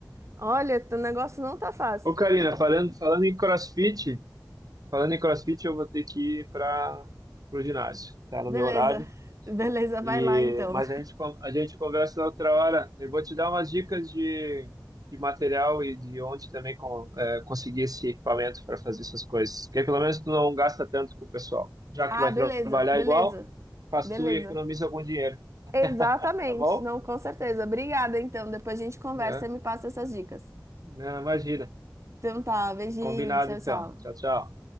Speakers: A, on the right; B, on the right.
A: Olha, o negócio não tá fácil.
B: Ô, Karina, falando, falando em CrossFit, falando em CrossFit, eu vou ter que ir para o ginásio. Tá no
A: Beleza.
B: meu horário.
A: Beleza, vai
B: E,
A: lá então.
B: mas a gente, con- a gente conversa na outra hora. Eu vou te dar umas dicas de, de material e de onde também con- é, conseguir esse equipamento para fazer essas coisas. Porque pelo menos tu não gasta tanto com o pessoal. Já
A: Ah,
B: que vai
A: beleza,
B: trabalhar
A: beleza.
B: igual, faz
A: Beleza.
B: tu e economiza algum dinheiro,
A: Exatamente.
B: tá bom?
A: Não, com certeza. Obrigada, então. Depois a gente conversa
B: É,
A: e me passa essas dicas.
B: não, imagina.
A: Então tá, beijinho,
B: Combinado
A: tchau,
B: então.
A: tchau.
B: Tchau, tchau.